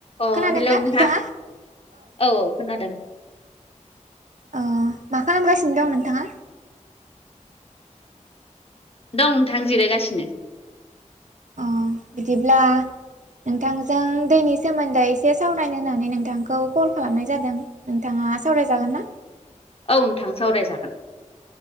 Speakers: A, on the left; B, on the right.
A: अ
B: खोनादोंना
A: hello नोंथां
B: नोंथाङा?
A: औ औ खोनादों
B: ओ मा खालामगासिनो दं नोंथांङा
A: दं नोंथां जिरायगासिनो
B: अ बिदिब्ला नोंथांजों दैनि सोमोन्दै एसे सावरायनो होननानै नोंथांखौ कल खालामनाय जादों । नोंथांङा सावराय जागोन ना
A: औ नोंथां सावरायजागोन